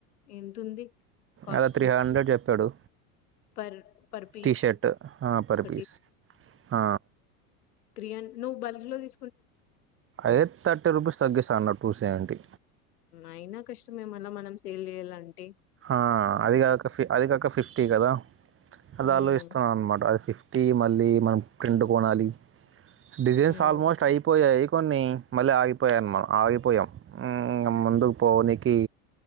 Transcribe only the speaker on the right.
అలా త్రీ హండ్రెడ్ చె పాడు
టీషర్ట్ ఆ పర్
పీస్ హ
అదే థర్టీ రూపీస్ తగ్గిస్తా అన్నడు టూ సెవెంటీ
ఆ అది కాక ఫి అది కాక ఫిఫ్టీ గదా
వాళ్ళు ఇస్తారణమాట అది ఫిఫ్టీ మళ్ళీ మనం ఫ్రిన్ట్ కొనాలి డిజైన్స్
ఆల్మోస్ట్ అయిపోయాయి. కొన్ని మళ్ళీ ఆగిపోయానమా ఆగిపోయాం ముందుకు పోనికి